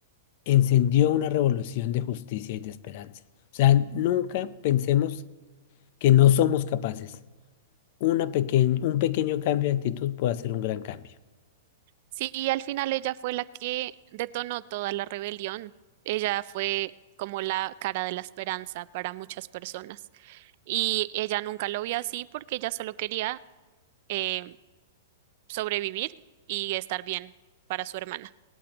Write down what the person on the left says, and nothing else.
encendió una revolución de justicia y de esperanza. O sea, nunca pensemos que no somos capaces una pequeñ- un pequeño cambio de actitud puede hacer un gran cambio.